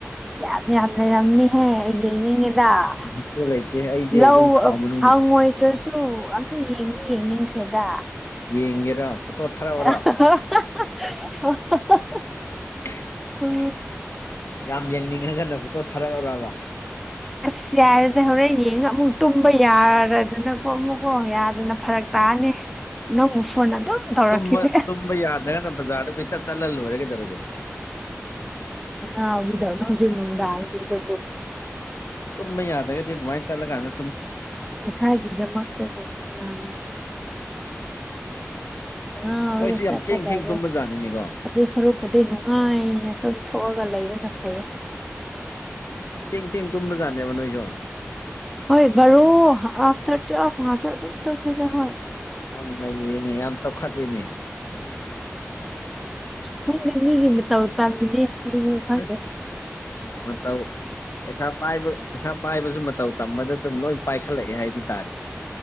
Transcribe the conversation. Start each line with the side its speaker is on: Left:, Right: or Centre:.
Centre: ꯌꯥꯝ ꯌꯥꯝ ꯂꯩꯔꯝꯅꯤ ꯍꯦ ꯃꯤꯦꯗ
Left: ꯂꯩꯇꯦ ꯂꯩꯇꯦ ꯑꯩꯗꯤ
Centre: ꯂꯧ
Left: ꯑꯗꯨꯝ ꯈꯥꯎ ꯃꯅꯨꯡꯗ
Centre: ꯐꯪꯉꯣꯏꯗ꯭ꯔꯁꯨ ꯑꯝꯇ ꯌꯦꯡꯗꯤ ꯌꯦꯡꯅꯤꯡꯈ꯭ꯔꯦꯗ
Left: ꯌꯦꯡꯒꯦꯔꯣ ꯐꯣꯇꯣ ꯊꯥꯔꯛꯎꯔꯣ
Centre: <unintelligible>
Left: <unintelligible>
Centre: ꯑꯣ
Left: ꯌꯥꯝ ꯌꯦꯡꯅꯤꯡꯉꯒꯅ ꯐꯣꯇꯣ ꯊꯥꯔꯛꯂꯔꯕ
Centre: ꯑꯁ ꯌꯥꯏꯔꯗꯤ ꯍꯣꯔꯦꯟꯅꯦ ꯑꯃꯨꯛ ꯇꯨꯝꯕ ꯌꯥꯔꯗꯅꯀꯣ ꯑꯃꯨꯛꯀꯣ ꯑꯗꯨꯅ ꯐꯔꯛ ꯇꯥꯅꯤ ꯅꯪꯕꯨ ꯐꯣꯟ ꯑꯗꯨꯝ ꯇꯧꯔꯛꯈꯤꯅꯤ
Left: ꯕ ꯇꯨꯝꯕ ꯌꯥꯗ꯭ꯔꯒꯅ ꯕꯖꯥꯔꯗ ꯄꯩ ꯆꯠ ꯆꯠꯍꯜꯂꯣꯏꯔꯒꯩꯗꯧꯔꯒꯦ
Centre: ꯑꯉꯗꯧꯅ ꯍꯧꯖ ꯅꯣꯡꯒꯥꯦꯗ
Left: ꯇꯨꯝ ꯌꯥꯗꯒꯗꯤꯃꯥꯏ ꯆꯠꯂꯒꯥꯟꯅ
Centre: ꯄꯩꯁꯥꯒꯤꯗꯃꯛꯇꯕꯨ ꯀꯅꯥꯅꯣ ꯑ ꯋꯥꯔꯒꯁꯀꯗꯕ
Left: ꯅꯣꯏꯁꯨ ꯌꯥꯝ ꯊꯦꯡ ꯊꯦꯡ ꯇꯨꯝꯕꯖꯥꯠꯅꯤꯅꯦꯀꯣ
Centre: ꯑꯗꯨ ꯁꯔꯨꯛꯄꯨꯗꯤ ꯅꯨꯡꯉꯥꯏꯅ ꯑꯗꯨꯝ ꯊꯣꯛꯑꯒ ꯂꯩꯕꯅ ꯐꯩꯌꯦ
Left: ꯊꯦꯡ ꯆꯦꯡ ꯇꯨꯝꯕꯖꯥꯠꯅꯦꯕ ꯅꯣꯏꯁꯨ
Centre: ꯍꯣꯏ ꯕꯔꯣ ꯑꯐꯇꯔ ꯇꯋꯒ ꯑꯗꯨ ꯍ
Left: ꯌꯥꯝ ꯂꯩꯌꯦꯅꯦ ꯌꯥꯝ ꯆꯥꯎꯈꯠꯂꯤꯅꯦ
Centre: ꯅꯪꯗꯤ ꯃꯤꯒꯤ ꯃꯇꯧ ꯇꯝꯃꯤꯅꯦ ꯈꯪꯦ
Left: ꯑꯁ ꯃꯇꯧ ꯄꯩꯁꯥ ꯄꯥꯏꯕ ꯄꯩꯁꯥ ꯄꯥꯏꯕꯁꯨ ꯃꯇꯧ ꯇꯝꯕꯗ ꯑꯗꯨꯝ ꯂꯣꯏ ꯄꯥꯏꯈꯠꯂꯛꯑꯦ ꯍꯥꯏꯗꯨꯅ